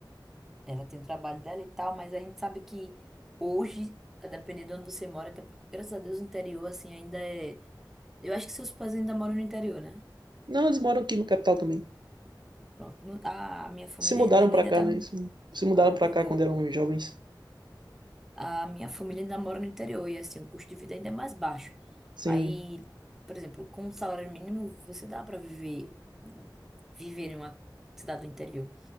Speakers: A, in the centre; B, on the right.
A: ela tem o trabalho dela e tal, mas a gente sabe que hoje, eh, dependendo de onde você mora, até porque, graças a Deus, o interior, assim, ainda é. Eu acho que seus pais ainda moram no interior, né?
B: Não, eles moram aqui no capital também.
A: Pronto. No- A minha família,
B: Se mudaram
A: minha mãe
B: pra
A: ainda
B: cá,
A: tá.
B: né?
A: no-
B: Se se mudaram
A: Ah,
B: pra
A: legal.
B: cá quando eram jovens.
A: A minha família ainda mora no interior e assim, o custo de vida ainda é mais baixo.
B: Sim,
A: Aí, por exemplo, com um salário mínimo, você dá para viver viver em uma cidade do interior,